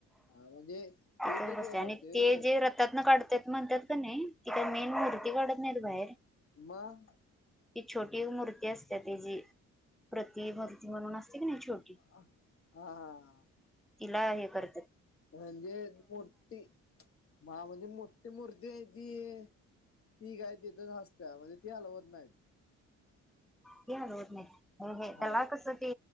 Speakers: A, on the left (about 45°); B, in the centre.
A: म्हणजे
B: तिथं
A: एकच
B: च बसतोय
A: दिवस
B: आणि
A: असतोय व्हय
B: ते जे रथ त्यात न काढत्यात म्हणतात का नाही ती काय मेन मूर्ती काढत नाहीत बाहेर.
A: मग?
B: ती छोटी एक मूर्ती असत्यख तेजी प्रति मूर्ती म्हणून असते की नाही छो
A: हा हा.
B: तिला ये करत्यात
A: म्हणजे मोटी. मा म्हणजे मोठी मुर्ती आहे ती ती काय तिथंतच आस त्यामध्ये ती हालवत नाहीत.
B: ती हालवत नाहीत
A: हा
B: त्याला कस ते